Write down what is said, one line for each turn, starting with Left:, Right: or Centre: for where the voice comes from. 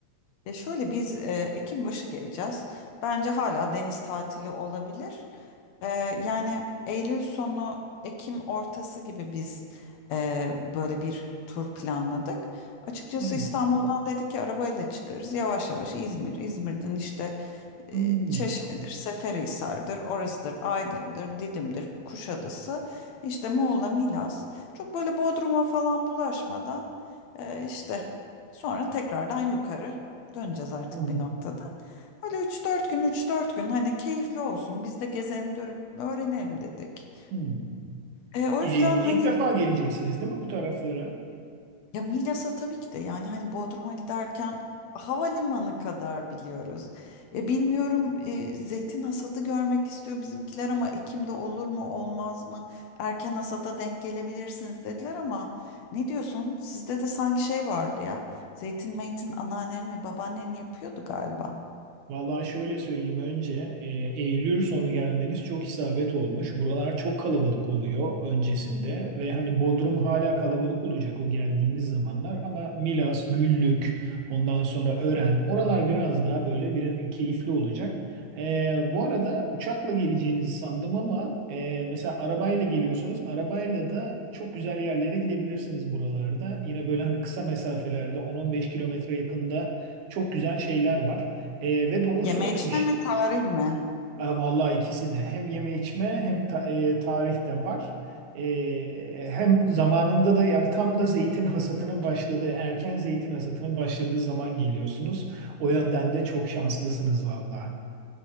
Left: Ya şöyle biz e, Ekim başı geleceğiz. Bence hala deniz tatili olabilir. E, yani Eylül sonu, Ekim ortası gibi biz e, böyle bir tur planladık. Açıkçası
Right: Hmm,
Left: İstanbul'dan dedik ki arabayla çıkarız. Yavaş yavaş İzmir, İzmir'den işte
Right: hmm,
Left: e, Çeşme'dir, Seferihisar'dır, orasıdır, Aydın'dır, Didim'dir, Kuşadası, işte Muğla, Milas. Çok böyle Bodrum'a falan bulaşmadan e, işte sonra tekrardan yukarı. Döneceğiz artık
Right: hmm,
Left: bir noktada. Öyle üç dört gün üç dört gün hani keyifli olsun biz de gezelim görelim öğrenelim dedik.
Right: hmm.
Left: E, o
Right: Ee,
Left: yüzden
Right: İlk
Left: hani
Right: defa geleceksiniz değil mi bu taraflara?
Left: ya Milas'a tabii ki de yani hani Bodrum'a giderken havalimanı kadar biliyoruz. E, bilmiyorum e, zeytin hasadı görmek istiyor bizimkiler ama Ekim'de olur mu olmaz mı? Erken hasata denk gelebilirsiniz dediler ama ne diyorsun? Sizde de sanki şey vardı ya zeytin meytin anneannen mi babaannen yapıyordu galiba.
Right: Vallahi şöyle söyleyeyim önce e, Eylül sonu gelmeniz çok isabet olmuş. Buralar çok kalabalık oluyor öncesinde ve hani Bodrum hala kalabalık olacak o geldiğiniz zamanlar ama Milas, Güllük, ondan sonra Ören oralar biraz daha böyle bir keyifli olacak. E, bu arada uçakla geleceğinizi sandım ama e, mesela arabayla geliyorsanız arabayla da çok güzel yerlere gidebilirsiniz buralarda. Yine böyle hani kısa mesafelerde 10-15 kilometre yakında çok güzel şeyler var. E, ve doğru
Left: Yeme
Right: söylemiş.
Left: içme mi tarih mi?
Right: E, vallahi ikisi de hem yeme içme hem ta- e, tarih de var. E, hem zamanında da yani tam da zeytin hasatının başladığı erken zeytin hasatının başladığı zaman geliyorsunuz. O yönden de çok şanslısınız vallahi.